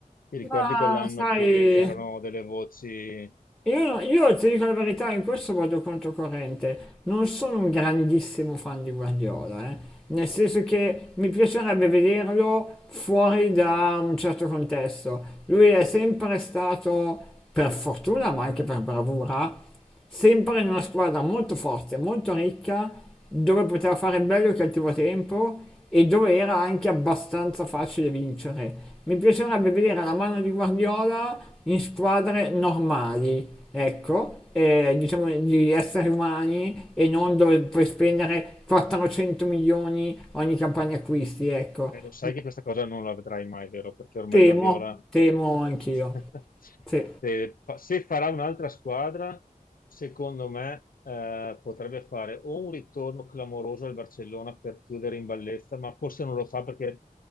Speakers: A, on the left; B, in the centre.
A: Ti ricordi
B: Ma
A: quell'anno
B: sai,
A: che c'erano delle voci
B: Io, no, io ti dico la verità, in questo vado controcorrente. Non sono un grandissimo fan di Guardiola, eh. Nel senso che mi piacerebbe vederlo fuori da un certo contesto. Lui è sempre stato, per fortuna, ma anche per bravura, sempre in una squadra molto forte, molto ricca, dove poteva fare bello e cattivo tempo e dove era anche abbastanza facile vincere. Mi piacerebbe vedere la mano di Guardiola in squadre normali, ecco, eh, diciamo di esseri umani e non dove puoi spendere 400 milioni ogni campagna acquisti, ecco.
A: Eh, lo sai che questa cosa non la vedrai mai, vero? Perché ormai
B: Temo,
A: Guardiola,
B: temo
A: <laughs>
B: anch'io. Sì.
A: se, fa- se farà un'altra squadra, secondo me, eh, potrebbe fare o un ritorno clamoroso al Barcellona per chiudere in bellezza, ma forse non lo fa perché